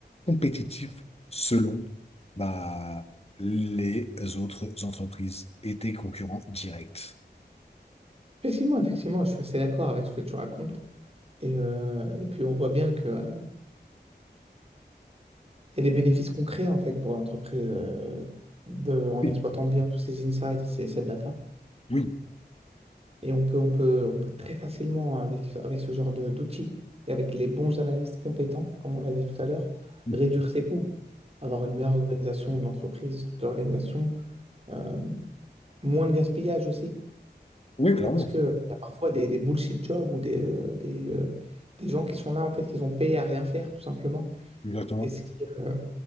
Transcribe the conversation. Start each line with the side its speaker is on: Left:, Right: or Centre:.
Left: compétitif selon bah, les autres entreprises et tes concurrents directs.
Right: Effectivement, effectivement, je suis assez d'accord avec ce que tu racontes. Et, euh, et puis on voit bien que, euh, il y a des bénéfices concrets en fait pour l'entreprise euh, de, en
Left: Oui,
Right: exploitant bien tous ces insights, ces, cette data.
Left: oui.
Right: Et on peut, on peut, on peut très facilement, avec, avec ce genre de- d'outils et avec les bons analystes compétents, comme on l'a dit tout à l'heure,
Left: Mhm.
Right: réduire ses coûts, avoir une meilleure organisation de l'entreprise, de l'organisation, euh, moins de gaspillage aussi,
Left: Oui, clairement.
Right: parce que euh, il y a parfois des, des bullshit jobs ou des, euh, des, euh, des gens qui sont là, en fait, qui sont payés à rien faire, tout simplement.
Left: Exactement.
Right: Et ce qui, euh,